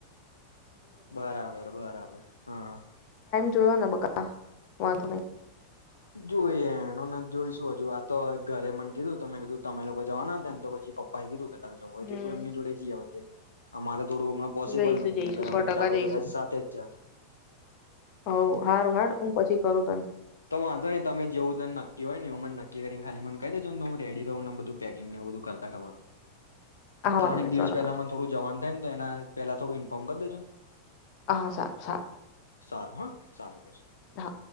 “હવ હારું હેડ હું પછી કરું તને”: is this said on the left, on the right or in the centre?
Left